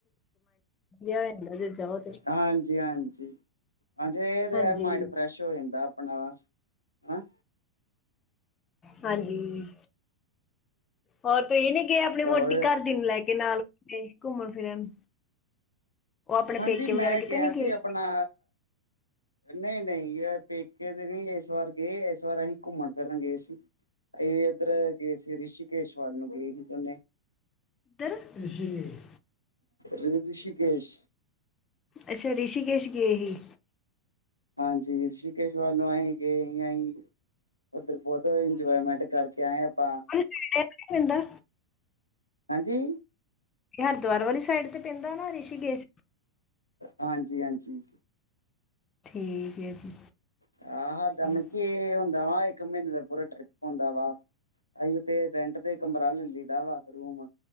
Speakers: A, on the left; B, on the left.
A: ਜਿਹਾ ਹੋ ਜਾਂਦਾ ਜੇ ਜਾਓ ਤੇ
B: ਹਾਂਜੀ, ਹਾਂਜੀ। ਹਾਂਜੀ ਇਹ ਤੇ
A: ਹਾਂਜੀ
B: ਹੈ, ਮਾਇੰਡ ਫਰੈਸ਼ ਹੋ ਜਾਂਦਾ ਆਪਣਾ, ਹਨਾ।
A: ਹਾਂਜੀ। ਹੋਰ ਤੁਸੀ ਨਹੀਂ ਗਏ, ਆਪਣੀ ਵੋਟੀ
B: ਹੋਰ
A: ਘਰਦੀ ਨੂੰ ਲੈ ਕੇ ਨਾਲੇ, ਘੁੰਮਣ ਫਿਰਨ? ਉਹ ਆਪਣੇ
B: ਹਾਂਜੀ
A: ਪੇਕੇ ਵਗੈਰਾ,
B: ਮੈਂ
A: ਕਿਤੇ
B: ਗਿਆ
A: ਨੀ ਗਏ?
B: ਆਪਣਾ ਨਹੀਂ-ਨਹੀਂ, ਯ ਪੇਕੇ ਦੇ ਨਹੀਂ ਇਸ ਵਾਰ ਗਏ। ਇਸ ਵਾਰ ਅਸੀਂ, ਘੁੰਮਣ ਫਿਰਨ ਗਏ ਸੀ। ਇਹ ਇੱਧਰ ਗਏ ਸੀ, ਰਿਸ਼ੀਕੇਸ਼ ਵਾਲ ਨੂੰ ਗਏ ਸੀ ਦੋਨੇ।
A: ਕਿਧਰ? ਰਿਸ਼ੀਕੇਸ਼
B: ਰਿਸ਼ੀਕੇਸ਼
A: ਅੱਛਾ, ਰਿਸ਼ੀਕੇਸ਼ ਗਏ ਸੀ।
B: ਹਾਂਜੀ, ਰਿਸ਼ੀਕੇਸ਼ ਵਾਲ ਨੂੰ ਹੀ ਗਏ ਅਹੀ, ਉੱਧਰ ਬਹੁਤ ਇੰਜੋਏਮੈਂਟ ਕਰਕੇ ਆਏ ਆਪਾਂ।
A: ਕਿੱਥੇ ਪੈਂਦਾ?
B: ਹਾਂਜੀ?
A: ਹਰਿਦੁਆਰ ਵਾਲੀ ਸਾਈਡ ਤੇ ਪੈਂਦਾ ਨਾ, ਰਿਸ਼ੀਕੇਸ਼?
B: ਹਾਂਜੀ, ਹਾਂਜੀ।
A: ਠੀਕ ਹੈ ਜੀ।
B: ਆਹ ਸਾਡਾ
A: ਵਧੀਆ।
B: ਮਤਲ ਕੀ ਇਹ ਹੁੰਦਾ ਵਾ, ਇੱਕ ਮਹੀਨੇ ਦਾ ਪੂਰਾ ਟ੍ਰਿਪ ਹੁੰਦਾ ਵਾ। ਅਹੀ ਉਥੇ ਰੈਂਟ ਤੇ ਕਮਰਾ ਲੈ ਲਈਦਾ ਵਾ, ਰੂਮ।